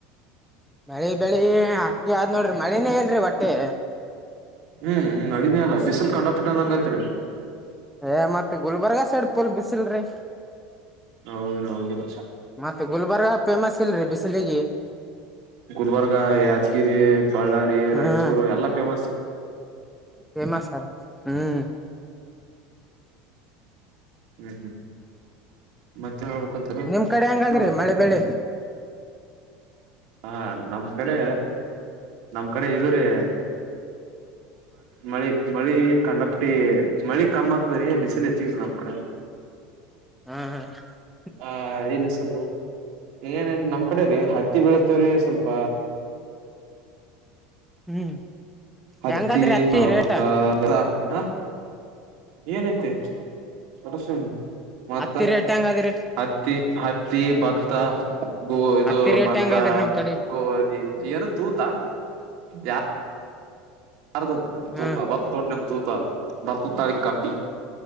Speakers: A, in the centre; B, on the right.
A: ಮಳೆ ಬೆಳಿ ಹಾಗ ಆದ್ ನೋಡ್ರಿ ಮಳನೇ ಇಲ್ಲಾರಿ ಓಟ್ಟೆ
B: ಹ್ಮ್ ಹ್ಮ್ ಮಳಿನನೆ ಇ ಲ್ಲ ಬಿಸಿಲ್ ಕಂಡಪಟಿ ಅಂದಂಗಯ್ತರಿ
A: ಹ ಮತ್ತೆ ಗುಲ್ಬರ್ಗಾ ಸೈಡ್ ಫುಲ್ ಬಿಸಲು ಸಿಲ್ರಿ
B: ಹೌದ್ರ ಹೌದ್ರ
A: ಮತ್ ಗುಲ್ಬರ್ಗಾ ಫೇಮಸ್ ಇಲ್ರಿ ಬಿಸಿಲಿಗಿ
B: ಗುಲ್ಬರ್ಗಾ ಯಾದಗಿರಿ ಬಳ್ಳಾರಿ
A: ಹ್ಮ್
B: ರಾಯಚೂರು ಎಲ್ಲಾ ಫೇಮಸ್
A: ಫೇಮಸ್ ಅದ ಹ್ಮ್
B: ಹ್ಮ್ ಹ್ಮ್ ಮತ್ತ ಹೇಳ್ಬಕು ಅಂತೀರಿ ಆತ
A: ನಿಮ್ ಕಡೆ ಹೆಂಗಾದ್ರಿ
B: ತಗೋರಿ
A: ಮಳೆ ಬೆಳಿ
B: ಹ ನಮ್ ಕಡೆ ನಮ್ ಕಡೆ ಇದೂರಿ ಮಳಿ ಮಳಿ ಕಂಡಪಟ್ಟಿ ಮಳಿ ಕಮ್ಮ್ ಆತದೀ ಬಿಸಿಲ್ ಹೆಚ್ಚಗ್ರಿ ನಮ ಕಡೆನೂ
A: ಹ್ಮ್ ಹ್ಮ್
B: ಹ ಏನ್ಸಲ್ರಿ ಏನಿಲ್ಲ ನಮ್ ಕಡೆ ರೀ ಹತ್ತಿ ಬೆಳೆಸ್ತೇವ್ರೆ ಸ್ವಲ್ಪ
A: ಹ್ಮ್
B: ಹತ್ತಿ
A: ಹೆಂಗಾದ್ರಿ
B: ಹ
A: ರೇಟ
B: ಮತ್ತ ಹಾ ಏನಐತೆ ಅಸ ಮತ್ತ
A: ಹತ್ತಿ ರೇಟ್ ಹೆಂಗಾದ್ರಿ
B: ಹತ್ತಿ ಹತ್ತಿ ಭತ್ತ ಗೋ ಇದು
A: ಹತ್ತಿ ರೇಟ್
B: ಮತ್ತ
A: ಹೆಂಗಾದ್ರಿ ನಿಮ್ ಕಡೆ
B: ಗೋಧಿ ಏನು ತೂತ ಯ ಅರ್ದುು
A: ಹ್ಮ್
B: ತೂತ ಒಂದ್ ತೊಂಡೆದ್ರ ನಿಮ್ ತೂತ ಬರ್ತ ತಾಳಿ ಕಪಿ